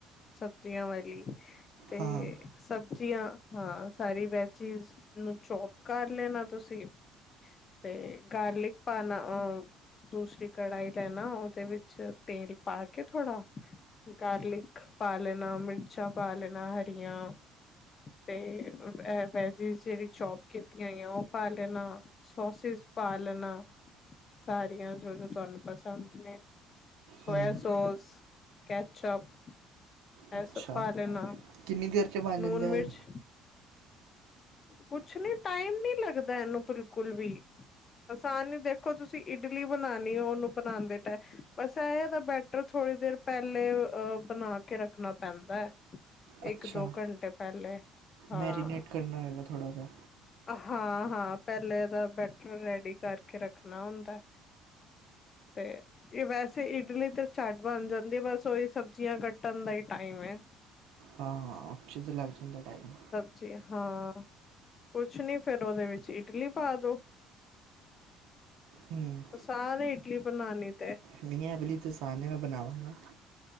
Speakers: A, on the left; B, on the right.
A: ਸਬਜ਼ੀਆਂ ਵਾਲੀ ਤੇ
B: ਹਾਂ
A: ਸਬਜ਼ੀਆਂ ਹਾਂ, ਸਾਰੀ ਵੈਜਿਸ ਨੂੰ ਚੋਪ ਕਰ ਲੈਣਾ, ਤੁਸੀਂ ਤੇ ਗਾਰਲਿਕ ਪਾਣਾ ਅਹ ਦੂਸਰੀ ਕੜਾਹੀ ਲੈਣਾ, ਉਹਦੇ ਵਿੱਚ ਤੇਲ ਪਾ ਕੇ ਥੋੜ੍ਹਾ ਗਾਰਲਿਕ ਪਾਲਣਾ, ਮਿਰਚਾਂ ਪਾਾਲਣਾ ਹਰੀਆਂ ਤੇ ਮ ਐ ਵੇਜਿਜ਼ ਜਿਹੜੀ ਚੋਪ ਕੀਤੀਆਂ ਹੋਈਆਂ, ਉਹ ਪਾ ਲੈਣਾ ਸੋਸਿਸ ਪਾਲਣਾ ਸਾਰੀਆਂ ਜੋ-ਜੋ ਤੁਹਾਨੂੰ ਪਸੰਦ ਨੇ ਸੋਇਆ
B: ਹੂੰ
A: ਸੋਸ, ਕੈਚਅਪ ਇਹ
B: ਅੱਛਾ,
A: ਸਭ ਪਾ ਲੈਣਾ
B: ਕਿੰਨੀ ਦੇਰ ਚ ਬਣ
A: ਨੂਨ
B: ਜਾਂਦਾ
A: ਮਿਰਚ
B: ਏ?
A: ਕੁਛ ਨੀ ਟਾਈਮ ਨੀ ਲੱਗਦਾ, ਇਹਨੂੰ ਬਿਲਕੁਲ ਵੀ। ਆਸਾਨ ਏ ਦੇਖੋ ਤੁਸੀਂ ਇਡਲੀ ਬਣਾਉਣੀ ਹੋ, ਉਹਨੂੰ ਬਣਾਉਣਦੇ ਟਮ ਬਸ ਏ ਇਹਦਾ ਬੈ ਟਰ ਥੋੜ੍ਹੀ ਦੇਰ ਪਹਿਲੇ, ਅਹ ਬਣਾ ਕੇ ਰੱਖਣਾ ਪੈਂਦਾ ਹੈ।
B: ਅੱਛਾ
A: ਇੱਕ-ਦੋ ਘੰਟੇ ਪਹਿਲੇ ਹਾਂ।
B: ਮੈਰੀਨੇਟ ਕਰਨਾ ਹੋਏਗਾ ਥੋੜਾ ਜਿਹਾ।
A: ਹਾਂ-ਹਾਂ, ਪਹਿਲੇ ਏਦਾ ਬੈਟਰ ਰੈਡੀ ਕਰਕੇ ਰੱਖਣਾ ਹੁੰਦਾ। ਤੇ ਇਹ ਵੈਸੇ ਇਡਲੀ ਤੇ ਝਟ ਬਣ ਜਾਂਦੀ, ਬਸ ਉਹੀ ਸਬਜ਼ੀਆਂ ਕੱਟਣ ਦਾ ਹੀ ਟਾਈਮ ਹੈ।
B: ਹਾਂ-ਹਾਂ, ਉੱਚ ਤੇ ਲੱਗ ਜਾਂਦਾ ਟਾਈਮ।
A: ਜੀ, ਹਾਂ। ਕੁਛ, ਨੀ ਫੇਰ ਉਹਦੇ ਵਿੱਚ ਇਡਲੀ ਪਾ ਦੋ।
B: ਹੂੰ
A: ਆਸਾਨ ਏ ਇਡਲੀ ਬਣਾਉਣੀ ਤੇ।
B: ਨਹੀਂ, ਏ ਵਲੀ ਤੇ ਅਸਾਨ ਏ ਮੈਂ ਬਣਾਵਾਂਗਾ।